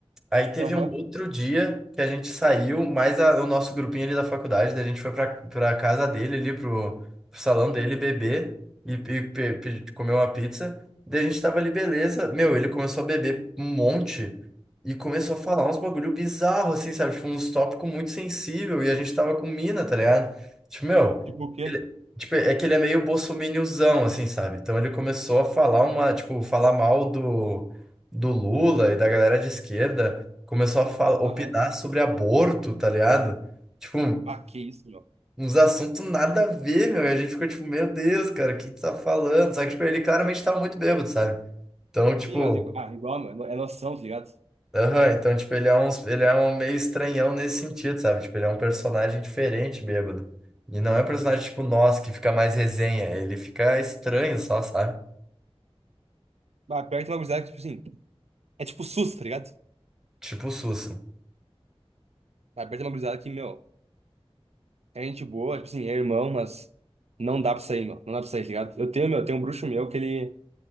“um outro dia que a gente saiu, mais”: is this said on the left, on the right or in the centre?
Centre